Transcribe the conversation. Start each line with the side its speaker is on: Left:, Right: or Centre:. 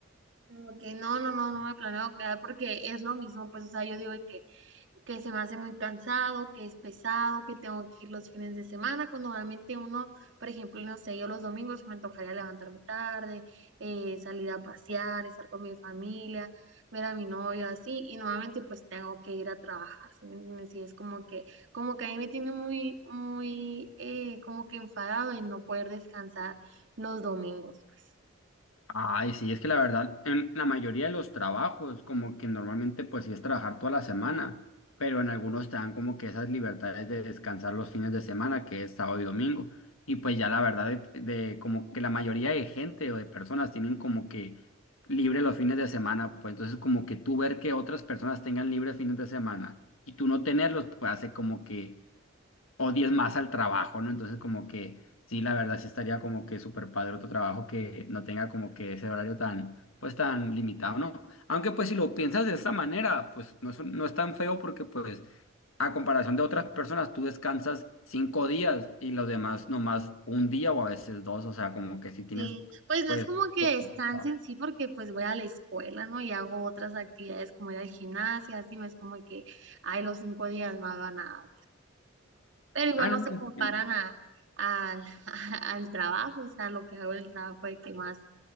Right: Como que no, no, no, no me planeo quedar porque es lo mismo, pues o sea, yo digo que que se me hace muy cansado, que es pesado, que tengo que ir los fines de semana, cuando normalmente uno, por ejemplo, no sé, yo los domingos me antojaría levantarme tarde, eh, salir a pasear, estar con mi familia, ver a mi novio así, y nuevamente pues tengo que ir a trabajar, ¿sí me entiendes? Y es como que, como que a mí me tiene muy, muy, eh, como que enfadado y no poder descansar los domingos, pues.
Left: Ay, sí, es que la verdad, en la mayoría de los trabajos, como que normalmente pues sí es trabajar toda la semana, pero en algunos te dan como que esas libertades de descansar los fines de semana, que es sábado y domingo. Y pues ya la verdad, de, de como que la mayoría de gente o de personas tienen como que libre los fines de semana, pues entonces como que tú ver que otras personas tengan libres fines de semana y tú no tenerlos, pues hace como que o 10 más al trabajo, ¿no? Entonces como que sí, la verdad sí estaría como que súper padre otro trabajo que no tenga como que ese horario tan, pues tan limitado, ¿no? Aunque pues si lo piensas de esta manera, pues no es, un- no es tan feo porque pues a comparación de otras personas, tú descansas cinco días y los demás nomás un día o a veces dos, o sea, como que si tienes,
Right: Sí, pues
Left: pues...
Right: no es como que
Left: poquito
Right: descanse
Left: trabajo.
Right: en sí porque pues voy a la escuela, ¿no? Y hago otras actividades como ir al gimnasio, así no es como que, ay, los cinco días no haga nada. Pero igual
Left: Ah,
Right: no
Left: no, no.
Right: se comparan
Left: no.
Right: a, al <laughs> al trabajo, o sea, lo que hago en el trabajo de que más,